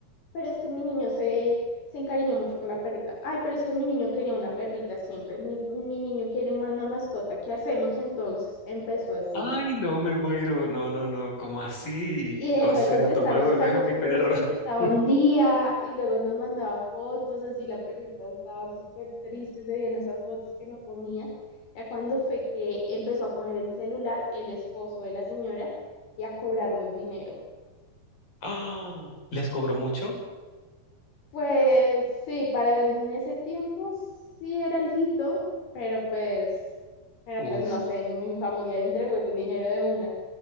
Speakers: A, on the left; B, on the left.
A: pero es que mi niño se, se encariñó mucho con la perrita. Ay, pero es que mi niño quería una perrita siempre. Mi, mi niño quiere una, una mascota. ¿Qué hacemos entonces? Empezó así.
B: Ay, no me muero. No, no, no. ¿Cómo así?
A: Y dejó
B: O sea,
A: de contestarnos,
B: tú me devuelves
A: o sea, nos,
B: a mi
A: con-
B: perro.
A: nos contestaba
B: <laughs>
A: un día y luego nos mandaba fotos, así la perrita estaba súper triste, se veían esas fotos que no comía. Ya cuando fue que empezó a coger el celular el esposo de la señora y a cobrarnos dinero.
B: ¡Ah! ¿Les cobró mucho?
A: Pues sí, para en ese tiempo sí era alguito, pero pues, pero
B: Uf.
A: pues no sé, mi familia le entregó el dinero de una.